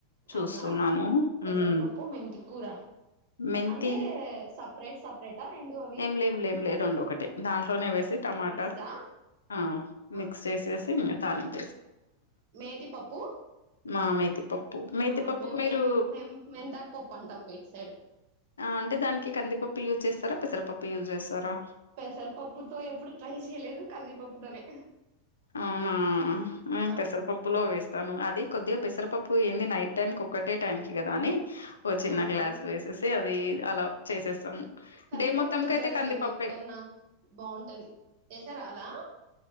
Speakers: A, on the left; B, on the right.
A: చూస్తున్నాను
B: అవునా పెసరపప్పు
A: మ్
B: మెంతి కూర
A: మెంతి
B: అంటే సప్ పరేట్ సెపరేటా రెండు అవి
A: ఏం లేం లేం లే రెండు ఒకటె దాంట్లోనే
B: రెండు
A: వేసి టమాటా
B: మిక్సా
A: ఆ
B: ఆ
A: మిక్స్ చేసేసి
B: ఆ
A: ఇంగ తాలింపు
B: మేతి పప్పు
A: మా మేతిపప్పు మేతిపప్పుకు
B: ఆ మేము
A: మీరు
B: మెన్ మేన్ మెంతాకు పప్పు అంటాం ఇట్ సైడ్
A: ఆ అంటే దానికి కందిపప్పు యూజ్ చేస్తరా పెసరపప్పు యూజ్ చేస్తరా
B: పెసరపప్పుతో ఎప్పుడు ట్రై చేయలేదు, కందిపప్పుతోనే
A: అవునా నేను
B: ఆ
A: పెసరపప్పులో వేస్తాను అది కొద్దిగ పెసరపప్పు ఏంది నైట్ టైం కు ఒక్కటే టైం కి గదా అని ఓ చిన్న
B: అవునులే
A: గ్లాస్ వేసేసి అది అలా చేసేస్తాం
B: కందిపప్పుతో
A: డే మొత్తంకైతే
B: ట్రై
A: కందిపప్పే
B: చేయండి ఎప్పుడన్నా బాగుంటది చేసారా అలా